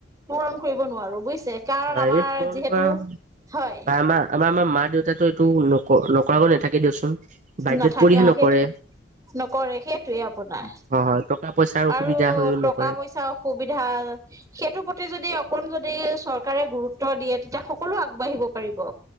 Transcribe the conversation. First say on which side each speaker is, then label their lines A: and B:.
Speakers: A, on the right (about 20°); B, on the right (about 40°).
A: পূৰণ কৰিব নোৱাৰো বুজিছে। কাৰণ
B: এই
A: আমাৰ
B: পূৰণ
A: যিহেতু
B: বা আমাৰ-আমাৰ-আমাৰ
A: হয়
B: মা-দেউতো এইটো নক-নকৰাকৈ নাথাকে দিয়কচোন। বাধ্যত
A: নাথাকে
B: পৰিহে
A: আউ
B: নকৰে
A: সে নকৰে সেইটোৱে আপোনাৰ।
B: হয় হয় টকা পইচাৰ অসুবিধা
A: আৰু
B: হৈও
A: টকা-পইচাও
B: নকৰে।
A: সুবিধা সেইটোৰ প্ৰতি যদি অকণ যদি চৰকাৰে গুৰুত্ব দিয়ে তেতিয়া সকলো আগবাঢ়িব পাৰিব।